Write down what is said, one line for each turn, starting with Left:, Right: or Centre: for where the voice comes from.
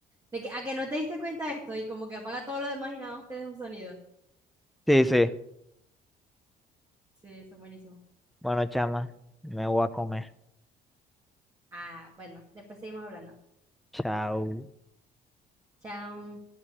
Right: de que, a que no te diste cuenta de esto y como que apaga todo lo demás y nada más te deja un sonido.
Centre: Sí, sí.
Right: Sí, eso es buenísimo.
Centre: Bueno, chama, me voy a comer.
Right: Ah, bueno, después seguimos hablando.
Centre: Chao.
Right: Chao.